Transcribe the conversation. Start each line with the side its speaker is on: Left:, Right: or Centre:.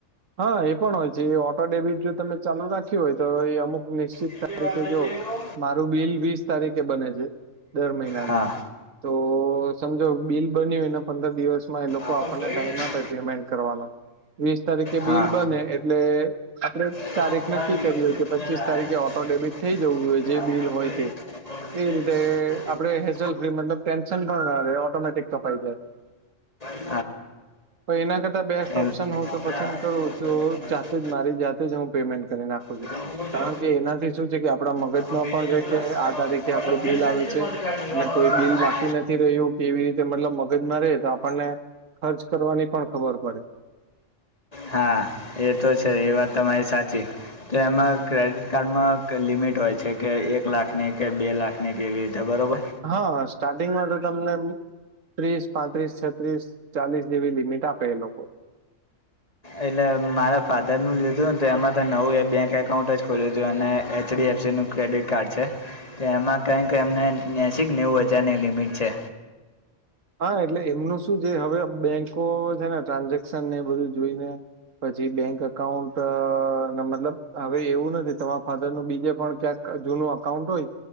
Right: હા એ પણ હોય છે ઓટો ડેબિટ જો તમે ચાલુ રાખ્યું હોય તો એ અમુક નિશ્ચિત
Left: કેટલી
Right: તારીખે
Left: વાર થઈ
Right: જોઓ.
Left: ગઈ એવો?
Right: મારું બિલ વીસ તારીખે બને છે દર મહિનાની
Left: હા
Right: તો સમજો બિલ બન્યું એને પંદર દિવસમાં એ લોકો
Left: આપણ
Right: આપણને
Left: જોઈ?
Right: ટાઈમ આપે પેમેન્ટ કરવાનો વીસ તારીખે
Left: હા
Right: બિલ બને એટલે આપણે
Left: એનો
Right: તારીખ
Left: મોબાઈલ
Right: નક્કી
Left: લઈ
Right: કરી
Left: લીધો.
Right: હોય કે
Left: તો
Right: પચીસ
Left: ત્યારે આયો
Right: તારીખે
Left: જ
Right: ઓટો
Left: નહીં.
Right: ડેબિટ થઈ જવું જોઈએ
Left: તો
Right: જે
Left: આપણ
Right: બિલ હોય
Left: જોઈ,
Right: તે
Left: પહોંચીને
Right: એ રીતે
Left: બેસી
Right: આપડે
Left: ગયો.
Right: હેઝલ ફ્રી મતલબ ટેન્શન પણ ના રહે ઓટોમેટિક કપાઈ જાય.
Left: બ‌.
Right: તો એના કરતા બેસ્ટ
Left: એમ
Right: ઓપ્શન
Left: ત્યાં.
Right: હું તો પછી. પસંદ કરો તો જાતે
Left: તો
Right: જ મારી જાતે જ હું પેમેન્ટ કરી નાખું
Left: તમે
Right: છું.
Left: બોલજો.
Right: કારણ કે એનાથી શું છે કે આપડા મગજમાં
Left: આપણ કહી
Right: પણ
Left: દેજો
Right: રે
Left: પેલા.
Right: કે
Left: પહેલા
Right: આ તારીખે આપણું
Left: ફેસ
Right: બિલ
Left: કરી
Right: આવે
Left: દેજો,
Right: છે.
Left: પછી કાઢી
Right: અને
Left: વાત.
Right: કોઈ બિલ બાકી નથી રહ્યું કે એવી રીતે મતલબ મગજમાં રહે તો આપણને ખર્ચ કરવાની પણ ખબર પડે.
Left: હા. એ તો છે એ વાત તમારી સાચી તો એમાં ક્રેડિટ કાર્ડમાં લિમિટ હોય છે કે એક લાખની કે બે લાખની કેવી રીતે બરોબર
Right: હા સ્ટાર્ટિંગ માં તો તમને ત્રીસ, પાંત્રીસ, છત્રીસ, ચાલીસ જેવી લિમિટ આપે એ લોકો
Left: એટલે મારા ફાધરનું લીધુંને તો એમાં તો નવું બેંક એકાઉન્ટ જ ખોલ્યું હતું અને એચડીએફસી નું ક્રેડિટ કાર્ડ છે તો એમાં કંઈક એમને એહ્શિક નેઉ બજારની લિમિટ છે.
Right: હા એટલે એમનું શું છે હવે બેંકો છે ને ટ્રાન્ઝેક્શનને એ બધું જોઈને. પછી બેંક અકાઉન્ટ મતલબ હવે એવું નથી તમારા ફાધર નું બીજે પણ ક્યાંક. જૂનું અકાઉન્ટ હોય.